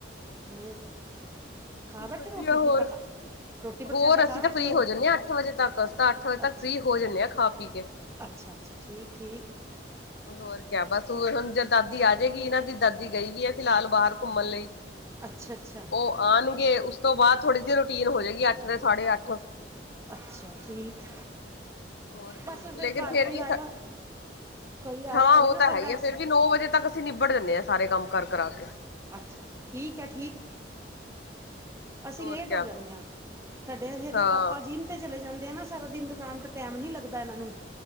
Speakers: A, on the right; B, on the left.
A: ਹੋਰ? ਖਾ ਬੈਠੇ
B: ਵਧੀਆ
A: ਰੋਟੀ ਫੁਲਕਾ
B: ਹੋਰ
A: ਖਾ ਰੋਟੀ ਪ੍ਰਸ਼ਾਦਾ
B: ਹੋਰ ਅਸੀਂ
A: ਖਾ ਬੈਠੇ
B: ਤਾਂ ਫ੍ਰਰੀ ਹੋ ਜਾਨੇ ਹਾਂ ਅੱਠ ਵਜੇ ਤੱਕ, ਅਸੀਂ ਤਾਂ ਅੱਠ ਵਜੇ
A: ਅੱਛਾ
B: ਤੱਕ ਫ੍ਰਰੀ ਹੋ ਜਾਂਦੇ ਹਾਂ ਖਾ ਪੀ ਕੇ।
A: ਅੱਛਾ- ਅੱਛਾ, ਠੀਕ-ਠੀਕ।
B: ਹੋਰ ਕਿਆ ਬਸ ਹੁਨ ਜੇ ਦਾਦੀ ਆ ਜਾਏਗੀ, ਇਹਨਾਂ ਦੀ ਦਾਦੀ ਗਈ ਵੀ ਹੈ ਫਿਲਹਾਲ ਬਾਹਰ ਘੁੰਮਣ ਲਈ।
A: ਅੱਛਾ-ਅੱਛਾ।
B: ਉਹ ਆਉਣਗੇ ਉਸ ਤੋਂ ਬਾਅਦ ਥੋੜੀ ਜਿਹੀ ਰੂਟੀਨ ਹੋ ਜਾਏਗੀ ਅੱਠ ਦੇ ਸਾਢੇ ਅੱਠ।
A: ਅੱਛਾ, ਠੀਕ।
B: ਹੋਰ ਕੀ
A: ਬਸ ਫੇਰ
B: ਲੇਕਿਨ
A: ਘਰ ਕੋਈ
B: ਵੀ
A: ਆਇਆ, ਕੋਈ ਆਇਆ
B: ਹਾਂ
A: ਹੋਵੇ
B: ਉਹ
A: ਨਾ
B: ਤਾਂ
A: ਫਿਰ
B: ਹੈ ਹੀ
A: ਵੈਸੇ
B: ਆ ਫੇਰ ਵੀ ਨੌ ਵਜੇ ਤੱਕ ਅਸੀਂ ਨਿਬੜ ਦੇਨੇ ਆਂ ਸਾਰੇ ਕੰਮ। ਕਾਰ ਕਰਾ ਕੇ
A: ਅੱਛਾ-ਅੱਛਾ ਠੀਕ ਐ। ਅਸੀਂ
B: ਹੋਰ
A: ਲੇਟ
B: ਕਿਆ
A: ਹੋ ਜਾਨੇ ਆ, ਸਾਡੇ ਹਜੇ ਇਹਦੇ
B: ਹਾਂ
A: ਪਾਪਾ ਜਿੰਮ ਤੇ ਚਲੇ ਜਾਨ ਤੇ ਨਾ ਸਾਰਾ ਦਿਨ ਦੁਕਾਨ ਤੇ ਟਾਈਮ ਨੀ ਲੱਗਦਾ ਇਹਨਾਂ ਨੂੰ